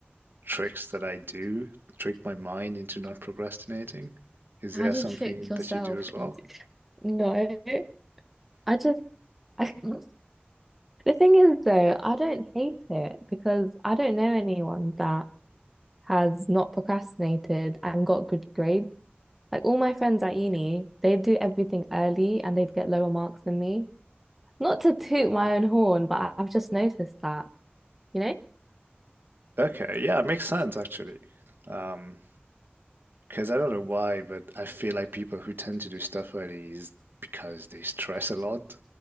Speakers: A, on the right; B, in the centre.
A: tricks that I do, trick my mind into not procrastinating. Is
B: How
A: there
B: do
A: something
B: you trick yourself
A: that you do as well?
B: into No, I just I <laughs> The thing is, though, I don't hate it because I don't know anyone that has not procrastinated and got good grades. Like all my friends at uni, they'd do everything early and they'd get lower marks than me. Not to toot my own horn, but I- I've just noticed that, you know?
A: Okay, yeah, it makes sense actually. Um, because I don't know why, but I feel like people who tend to do stuff early is because they stress a lot,